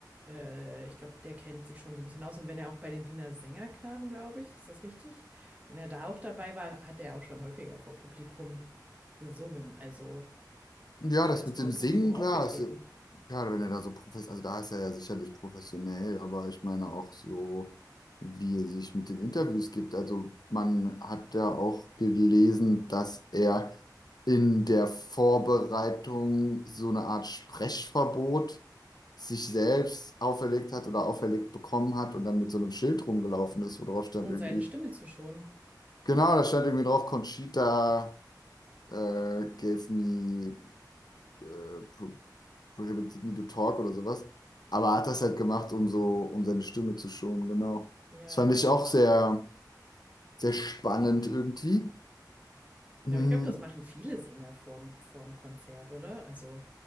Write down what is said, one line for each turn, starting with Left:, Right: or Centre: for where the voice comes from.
Right: äh, ich glaube, der kennt sich schon so ein bisschen aus. Und wenn er auch bei den Wiener Sängerknaben, glaube ich, ist das richtig? Wenn er da auch dabei war, hat er auch schon häufiger vor Publikum gesungen. Also,
Left: Ja,
Right: oder
Left: das
Right: ist
Left: mit
Right: vor
Left: dem Singen,
Right: Publikum aufgetreten,
Left: klar, ist, ja, klar, wenn er da so professionell, also da ist er ja sicherlich professionell, aber ich meine auch so, wie er sich mit den Interviews gibt. Also man hat ja auch gelesen, dass er in der Vorbereitung so eine Art Sprechverbot sich selbst auferlegt hat oder auferlegt bekommen hat und dann mit so einem Schild rumgelaufen ist, wo drauf stand
Right: um
Left: irgendwie,
Right: seine Stimme zu schonen.
Left: genau, da stand irgendwie drauf, Conchita äh, gave me äh, pro prohibited me to talk oder sowas. Aber er hat das halt gemacht, um so, um seine Stimme zu schonen, genau.
Right: Ja,
Left: Das fand ich auch sehr, sehr spannend irgendwie. Hm,
Right: Ja, aber ich glaube, das machen viele Sänger vorm, vorm Konzert, oder? Also,